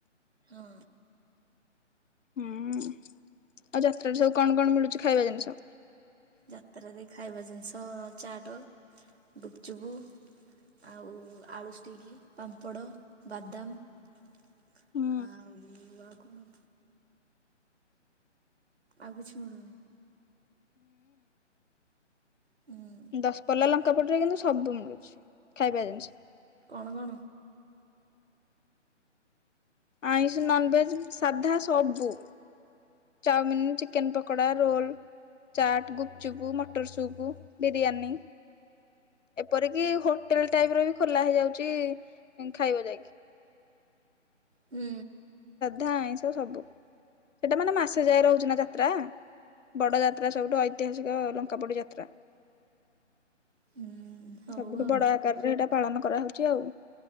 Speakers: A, on the right; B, on the left.
A: ହଁ
B: ହୁଁ ଆଉ ଯାତ୍ରାରେ ସବୁ କଣ କଣ ମିଳୁଛି ଖାଇବା ଜିନିଷ
A: ଯାତ୍ରାରେ ଖାଇବା ଜିନିଷ ଚାଟ ଗୁପଚୁବୁ ଆଉ ଆଳୁ ଷ୍ଟିକ ପାମ୍ପଡ଼ ବାଦାମ
B: ହୁଁ
A: ଆଉ ଆଉ କଣ? ଆଉ କିଛି ମିଳୁନି। ହୁଁ
B: ଦଶପଲା ଲଙ୍କା ପଟରେ କିନ୍ତୁ ସବୁ ମିଳୁଛି ଖାଇବା ଜିନିଷ
A: କଣ କଣ?
B: ଆଇସ ନନଭେଜ ସାଧା ସବବୁ chowmein chicken pakora roll chaat ଗୁପଚୁପ୍ ମଟର ଚୁପୁ ବିରିୟାନୀ ଏପରିକି ହୋଟେଲ ଟାଇପ ର ବି ଖୋଲା ହେଇଯାଉଛି ଖାଇବା ଯାଇକି
A: ହୁଁ।
B: ଧା ଆଇ ସବୁ ସେଟା ମାନେ ଆସ ଯାଏ ରହୁଛି ନା ଯାତ୍ରା ବଡ ଯାତ୍ରା ସବୁଠୁ ଐତିହାସିକ ଲଙ୍କା ପଡି ଯାତ୍ରା
A: ହୁଁ ହଉ
B: ସବୁଠୁ
A: ଆଉ
B: ବଡ ଆକାରରେ ଏଇଟା ପାଳନ କରାହଉଛି ଆଉ